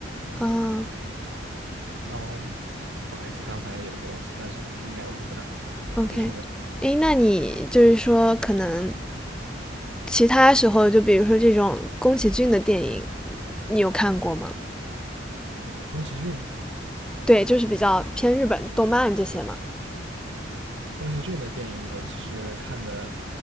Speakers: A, in the centre; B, on the right (about 80°).
A: 啊
B: 然后不好意思，刚才有一个东西，但是应该问题不大。
A: ，OK，
B: 继续问，
A: 诶，那你就是说可能其他时候，就比如说这种宫崎骏的电影，你有看过吗？
B: 宫崎骏，
A: 对，就是比较偏日本动漫这些嘛。
B: 宫崎骏的电影我其实看的，